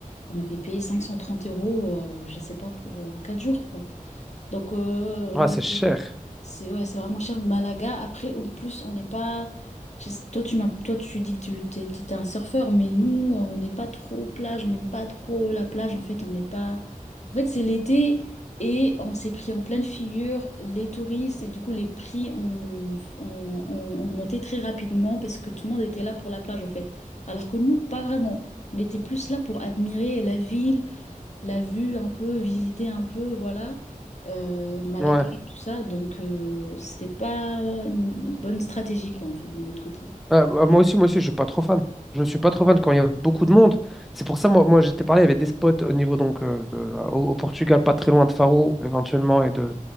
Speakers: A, on the left; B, in the centre.
A: on avait payé 530 euros, euh, je sais pas, pour euh, quatre jours, quoi. Donc, euh,
B: Ouais, c'est cher.
A: c'est ouais, c'est vraiment cher. Malaga, après, en plus, on n'est pas. je sais- Toi, tu m'as, toi, tu dis que tu t'es- t'étais un surfeur, mais nous, euh, on n'est pas trop plage, on n'aime pas trop la plage. En fait, on n'est pas. En fait, c'est l'été et on s'est pris en pleine figure les touristes et du coup, les prix ont, ont, ont augmenté très rapidement parce que tout le monde était là pour la plage, en fait. Alors que nous, pas vraiment. On était plus là pour admirer la ville la vue un peu, visiter un peu, voilà, euh, Malaga
B: Ouais.
A: et tout ça. Donc, euh, c'était pas une bonne stratégie, quoi, en fait, de notre côté.
B: Ah, bah, moi aussi, moi aussi, je suis pas trop fan. Je suis pas trop fan quand il y a beaucoup de monde. C'est pour ça, moi, moi j'étais parlé, il y avait des spots au niveau donc euh, de- euh, au, au Portugal, pas très loin de Faro, éventuellement, et de,